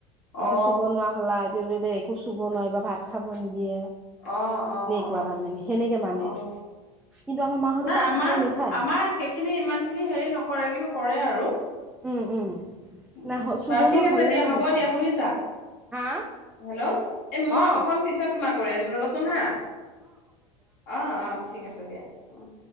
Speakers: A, in the centre; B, on the left (about 60°).
A: এইটো
B: অ
A: চুবনোৱা হলা দেউ দে একো চুব নোৱাৰি বাা ভাত খাব নিদিয়ে
B: অ অ অ
A: কোৱা তাৰ মানে সেনেকে মানে
B: অ
A: কিন্তু আমাৰ মাহঁতে
B: নাই
A: তাত
B: আমাৰ
A: হ'লে নেখায়।
B: আমাৰ সেইখিনি ইমান খিনি হেৰি নকৰে কিন্তু কৰে আৰু
A: উওম উম
B: উ
A: নাই চুব
B: বাৰু ঠিক
A: নোৱাৰা
B: আছে
A: হ'লে
B: দিয়া
A: মানে
B: হ'ব
A: কয়
B: দিয়া শুনিছা
A: হা
B: হেল্ল' এ মই
A: অ
B: অকন পিছত তোমাৰ কৰি আছো ৰবাচোন হা অ অ ঠিক আছে দিয়া অ